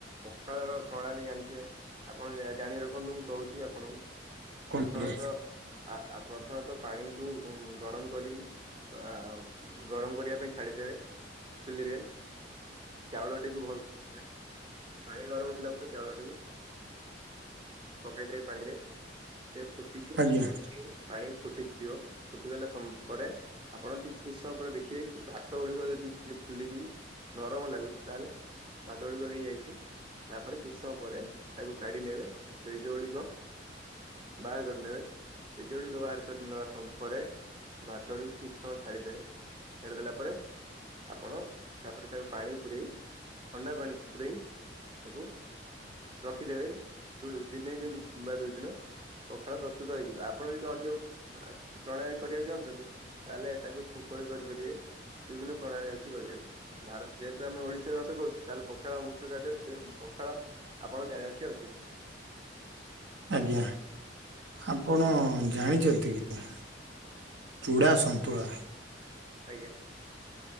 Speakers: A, on the right (about 30°); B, on the right (about 70°).
A: ପଖାଳର ପ୍ରଣାଳୀ ଜାଣିଥିବେ ଆପଣ ଜାଣି ରଖନ୍ତୁ ମୁଁ କହୁଛି ଆପଣଙ୍କୁ
B: କୁହନ୍ତୁ
A: ପ୍ରଥମେ ତ ଆ ଆ ପ୍ରଥମେ ତ ପାଣିକୁୁ ଗରମ କରିକି ଆ ଗରମ କରିବା ପାଇଁ ଛାଡିଦେବେ ଫୁଲିରେ ଚାଉଳଟିକୁ ଭଲେ ପାଣି ଗରମ ହେଲା ପରେ ଚାଉଳଟିକୁ ପକାଇଦବେ ପାଣିରେ ସେ ଫୁଟି ଫୁଟି
B: ଆଜ୍ଞା
A: ପାଣି ଫୁଟିଯିବ ଫୁଟିଗଲା ପରେ ଆପଣ ଟିକେ କିଛି ସମୟ ପରେ ଦେଖିବେ କି ଭାତ ଗୁଡ଼ିକ ଯଦି ଟିକେ ଫୁଲିକି ନରମ ଲାଗୁଛି ତାହେଲେ ଭାତ ଗୁଡ଼ିକ ହେଇଯାଇଛି। ତାପରେ କିଛି ସମୟ ପରେ ତାକୁ କାଢ଼ି ନେବେ ପେଜ ଗୁଡ଼ିକ ବାହାର କରିନେବେ ପେଜ ଗୁଡ଼ିକ ବାହାର କରିନବା ପରେ ଭାତ ଗୁଡି଼କୁ କିଛି ସମୟ ଛାଡିଦେବେ ଛାଡିଦେଲା ପରେ ଆପଣ ତାପରେ ତାକୁ ପାଣି ପୁରେଇ ଥଣ୍ଡା ପାଣି ପୁରେଇ ତାକୁ ରଖିଦେବେ ଦୁଇ ଦିନେ <unintelligible> ପଖାଳ ପ୍ରସ୍ତୁତ ହେଇଯିବ ଆପଣ ଯଦି ଅନ୍ୟ ଆଉ କିଛି ପ୍ରଳୟ କରିବାକୁ ଚାହୁଁଛନ୍ତି। ତା ହେଲେ ତାକୁ ଛୁଙ୍କ ବି କରିପାରିବେ ବିଭିନ୍ନ ପ୍ରଣାଳୀ କି କରିବା ଭାର ଯେହେତୁ ଆମେ ଓଡ଼ିଶା ରେ ବାସ କରୁଛୁ ତାହେଲେ ପଖାଳ ମୁଖ୍ୟ କାର୍ଯ୍ୟ ସେଥିପାଇଁ ପଖାଳ ଆପଣ ଜାଣି ରଖିବା ଉଚିତ୍
B: ଆଜ୍ଞା। ଆପଣ ଜାଣିଛନ୍ତି କି ଚୁଡ଼ା ସନ୍ତୁଳା
A: ଆଜ୍ଞା